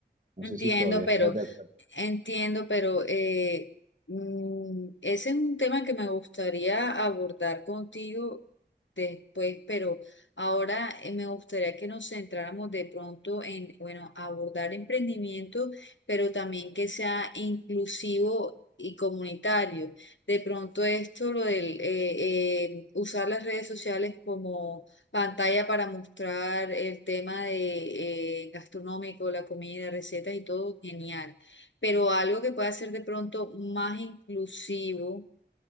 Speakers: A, on the right (about 45°); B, on the left (about 85°).
A: No
B: Entiendo,
A: sé si todavía
B: pero
A: estás de acuerdo.
B: Entiendo, pero eh, mm, ese es un tema que me gustaría abordar contigo después, pero ahora eh, me gustaría que nos centráramos de pronto en, bueno, abordar emprendimiento, pero también que sea inclusivo y comunitario. De pronto esto, lo del eh, eh, usar las redes sociales como pantalla para mostrar el tema de eh, gastronómico, la comida, recetas y todo, genial pero algo que pueda ser de pronto más inclusivo